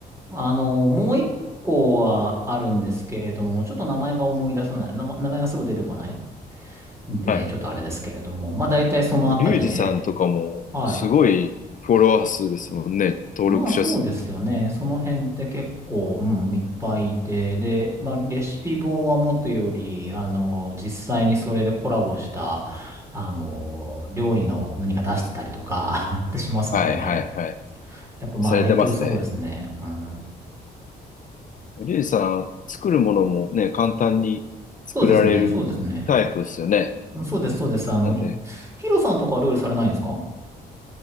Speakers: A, on the right; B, on the left.
A: あの、もう一個はあるんですけれども、ちょっと名前が思い出さない、な名前がすぐ出てこないんで、
B: はい。
A: ちょっとあれですけれども、まあ、大体そのあたりで、
B: リュウジさんとかも、
A: はい。
B: すごいフォロワー数ですもんね、登録者数って。
A: まあそうですよね。その辺って結構、うん、いっぱいいて、で、まあレシピ本はもとより、あの、実際にそれでコラボした、あの、料理の何か出してたりとか <laughs> ってしますもんね。
B: はい、はい、はい。
A: やっぱまあ影響すごいですね。
B: されてますね。
A: うん。
B: リュウジさん、作るものもね、簡単に作られるタイプですよね。
A: そうですね、そうですね。うんそうです、そうです。あの、
B: なんで、
A: ヒヒロさんとかは料理されないんですか